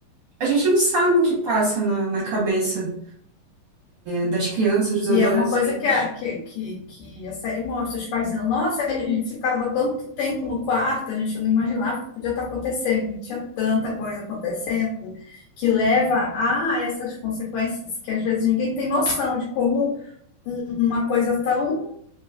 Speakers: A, on the right (about 60°); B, on the left (about 75°).
A: a gente não sabe o que passa na na cabeça das crianças, dos adolescentes.
B: E é uma coisa que a, que, que, que a série mostra. Os pais dizendo, nossa, ele ele ficava tanto tempo no quarto, a gente não imaginava que podia estar acontecendo. Tinha tanta coisa acontecendo que leva a essas consequências que às vezes ninguém tem noção de como um- uma coisa tão